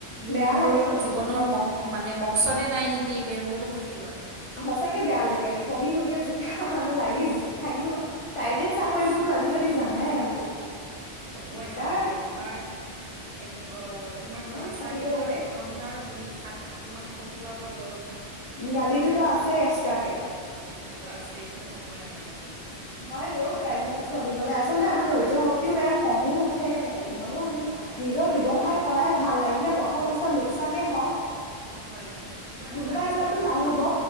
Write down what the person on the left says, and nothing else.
বেয়া লাগে অ
উম
সঁচাকে বেয়া লাগে পঢ়ি শুনিও যেতিয়া মানে লাগি থাকিও প্ৰাইভেট চাকৰিবোৰতো
আজিকালি জানাই আৰু
দিগদাৰ
ইমান
খাটিব
লাগে।
গালিটোতো আছেই এক্সট্ৰাকে
নোৱাৰি
অ প্ৰাইভেটত
চলিবলৈ আচলতে আমাৰ ধৈৰ্য শক্তিও নাই খঙো উ ঠে নোৱাৰো আমি
নিজৰ ব্যৱসায়
কৰাই ভাল লাগিলে প্ৰথম অৱস্থাত লোকচানেই হওক
কোনোবা
এবাৰতটো
লাভ হব